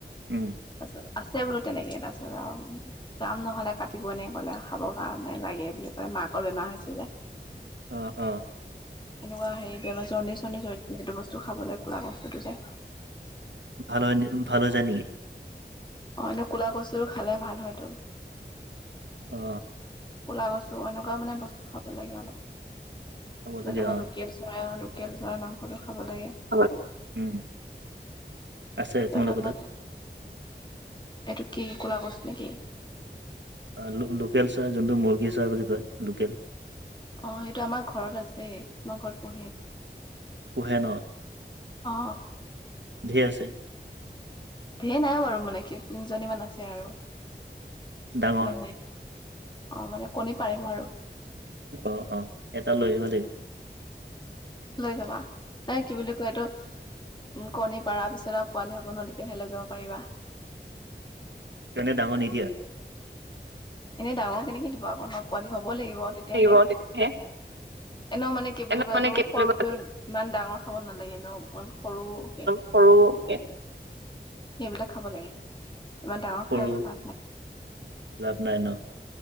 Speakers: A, on the right (about 85°); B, on the left (about 25°).
A: উম।
B: তাৰপিছত আছে বোলো তেনেকে তাৰপিছত আও যাম নহলে কাটিব এনে কলে খাবৰ কাৰণে লাগে বুলি ক'লে মাকৰ বেমাৰ হৈছে যে।
A: অ অ।
B: এনেকুৱা হেৰি বেমাৰ জন্দিছ চন্দিছ হৈ থাকিলে সেইটো বস্তু খাবলে কোলা কচুটো যে
A: ভাল হয় নি ভাল যায় নেকি
B: অ এনে ক'লা কচু খালে ভাল হয়টো।
A: অ।
B: কোলা কচু অনকুৱা মানে বস্তু খাব লাগে অলপ
A: খাব
B: যেনেকুৱা
A: লাগে অ
B: লোকেল চৰাইয় লো- কেল চৰাই মাংসটো খাব লাগে।
A: <unintelligible> উম আছে
B: তাৰপিছত
A: তোমালোকৰ
B: মানে
A: তাত।
B: এইটো কি কোলা কচু নেকি?
A: আ লো লোকেল চাহ যোনটো মুৰ্গী চাহ বুলি কয় লোকেল।
B: অ সেটো আমাৰ ঘৰত আছে, আমাৰ ঘৰত পোহে।
A: পোহে ন
B: অ।
A: ধেই আছে।
B: ধেই নাই বাৰু, মানে কি তিনিজনীমান আছে আৰু
A: ডাঙৰ
B: ইমান নাই। অ মানে কণী পাৰিব আৰু।
A: অ অ এটা লৈ আহিব দেই।
B: লৈ যাবা, এ কি বুলি কয় এইটো উ কণী পাৰ পিছত আৰু পোৱালি হব ন তে - তেতিয়াহে লৈ যাব পাৰিবা।
A: এনেই ডাঙৰ নিদিয়া?
B: এনেই ডাঙৰ কেনেকে দিব আকৌ, ন পোৱালি হব লাগিব তেতিয়াহে,
A: থাকিব তেতিয়াহে
B: এনেও মানে - কি বুলি
A: এনে
B: কয়
A: মানে
B: এইটো
A: কি
B: সৰুকে
A: বুলি কয়
B: ইমান ডাঙৰ খাব নালাগে ন অকমান সৰুকে -
A: সৰুকে -
B: সেইবিলাক খাব লাগে ইমান ডাঙৰ
A: সৰু
B: খাই লাভ নাই।
A: লাভ নাই ন।